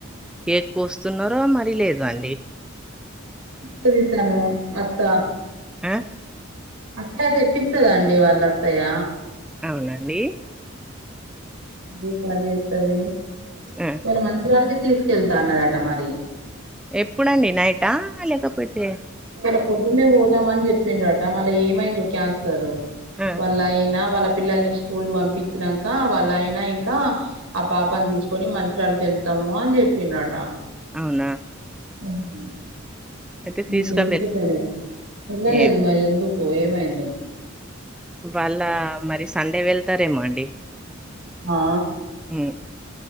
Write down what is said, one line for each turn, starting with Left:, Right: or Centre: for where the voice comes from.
Centre: కేక్ కోస్తున్నార మరీ లేదా అండి
Right: పిలిచినాను అత్త
Centre: మ్
Right: అట్లా తెప్పిస్తదండి వాళ్ళ అత్తయ్య
Centre: అవునండి
Right: దీపాలు చేస్తది
Centre: యే
Right: మన మంచిరాలకి తీసుకెళ్తా అన్నదట మరి
Centre: ఎప్పుడండి నైటా లేకపోతే
Right: ఇవాళ పొద్దున్నే పోదామని చెప్పిండ్రట మళ్ళీ ఏమైందో క్యాన్సలు
Centre: ఆ
Right: వాళ్ళు అయినా వాళ్ళ పిల్లల్ని <unintelligible> స్కూలు పంపిచ్చినంక వాళ్ళ అయినా ఇంకా ఆ పాపని తీసు కొని మంచిర్యాలకు వెళ్తాము అని చెప్పిండట
Centre: అవునా
Right: ఉహ్మ్
Centre: అయితే
Right: మరి
Centre: తీసుక
Right: ఇక ఎందుకు వెళ్ళలేదు వెళ్లలేదు
Centre: ఏ
Right: మరి ఎందుకు ఏమైందో
Centre: వాళ్ళ మరి సండే వెళ్తారేమో అండి
Right: హా
Centre: హ్మ్